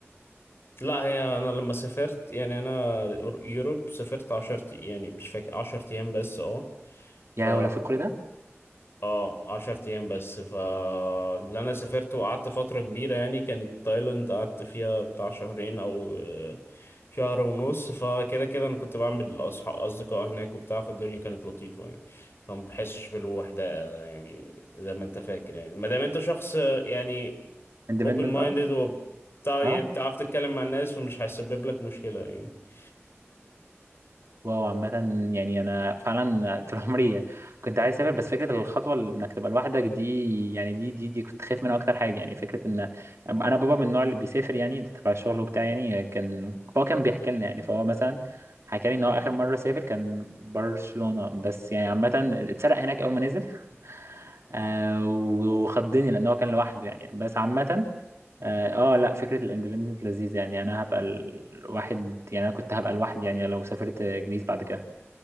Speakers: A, on the left; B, on the right.
A: لا هي انا لما سافرت يعني انا يوروب سافرت 10 يعني مش فاكر 10 ايام بس اه ف
B: يا لهوي لو في كل ده
A: اه عشر ايام بس فاللي انا سافرت وقعدت فترة كبيرة يعني كانت تايلاند قعدت فيها بتاع شهرين او آه، شهر ونص فكده كده انا كنت بعمل اصحاب اصدقاء هناك وبتاع فالدنيا كانت لطيفة يعني فما بحسش بالوحدة آه، يعني زي ما انت فاكر يعني ما دام انت شخص آه، يعني
B: اندبندنت
A: open minded
B: اه
A: وبتاع
B: اه
A: يعني بتعرف تتكلم مع الناس فمش هيسبب لك مشكلة يعني
B: واو عامه يعني انا فعلا طول عمري كنت عايز اسافر بس فكره الخطوه اللي انك تبقى لوحدك دي يعني دي دي دي كنت خايف منها اكتر حاجه يعني فكره ان انا بابا من النوع اللي بيسافر يعني تبع الشغل وبتاع يعني كان فهو كان بيحكي لنا يعني فهو مثلا حكى لي ان هو اخر مره سافر كان برشلونه بس يعني عامه اتسرق هناك اول ما نزل آه وخضني لان هو كان لوحده يعني بس عامه اه آه، لا فكره الاندبندنت لذيذه يعني انا هبقى الواحد يعني انا كنت هبقى لوحدي يعني لو سافرت جريس بعد كده